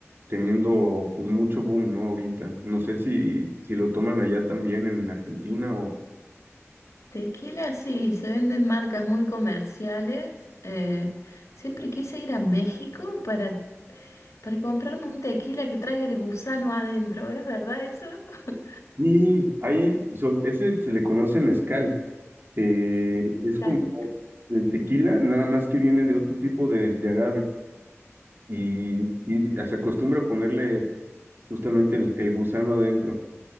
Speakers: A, on the right; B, on the left.
A: teniendo pues mucho boom, ¿no? Ahorita. No sé si, si lo toman allá también en Argentina o...
B: Tequila, sí, se venden marcas muy comerciales. eh, siempre quise ir a México para, para comprarme un tequila que traiga el gusano adentro, ¿es verdad eso? <laughs>
A: Y ahí, so- ese se le conoce mezcal. Eh, es
B: Cal-
A: como el tequila, nada más que viene de otro tipo de, de agave. Y, y se acostumbra a ponerle justamente el, el gusano adentro.